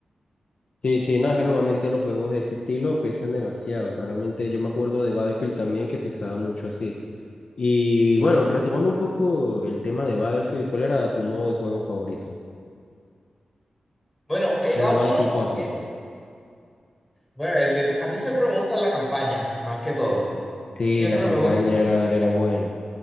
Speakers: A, on the left (about 50°); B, in the centre.
A: Sí, sí, no, es que normalmente los juegos de ese estilo pesan demasiado. Realmente yo me acuerdo de Battlefield también que pesaba mucho así. Y bueno, retomando un poco el tema de Battlefield, ¿cuál era tu modo de juego favorito?
B: Bueno, era
A: En el
B: uno,
A: Battlefield cuatro
B: eh, Bueno, el de, a mí siempre me gusta la campaña, más que todo.
A: Sí,
B: Siempre
A: la campaña
B: me gusta,
A: era, era buena,